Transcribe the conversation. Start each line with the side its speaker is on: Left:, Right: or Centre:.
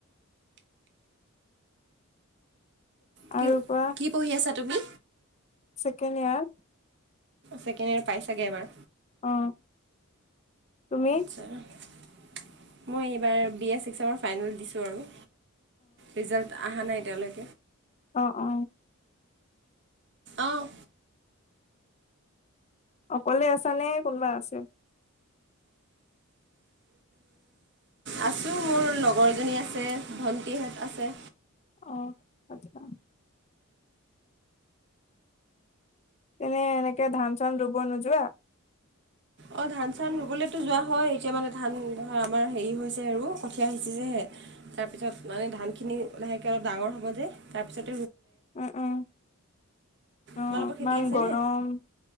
Right: কি
Left: আৰু পৰা
Right: কি পঢ়ি আছা তুমি
Left: ছেকেণ্ড ইয়াৰ
Right: ছেকেণ্ড ইয়াৰ পাইছাগে এবাৰ
Left: অ। তুমি
Right: চা মই এইবাৰ বি এ চিক্সচমৰ ফাইনেল দিছো আৰু। ৰিজাল্ট আহা নাই এতিয়ালৈ।
Left: অ-অ।
Right: অ।
Left: অকলে আছানে কোনোবা আছে?
Right: আছোঁ। মোৰ লগৰজনী আছে, ভণ্টিহঁত আছে।
Left: অ, আচ্ছা। তেনে এনেকে ধান-চান ৰুব নোযোৱা?
Right: অ ধান-চান ৰুবলেতো যোৱা হয়। এতিয়া মানে ধান ধৰা আমাৰ হেৰি হৈছে আৰু কঠীয়া সিঁচিছে হে। তাৰ পিছত মানে ধান খিনি লাহেকে অলপ ডাঙৰ হ'ব যে। তাৰপিছত
Left: উম, উম অ
Right: তোমালোকৰ
Left: ইমান
Right: খেতি আছেনে?
Left: গৰম।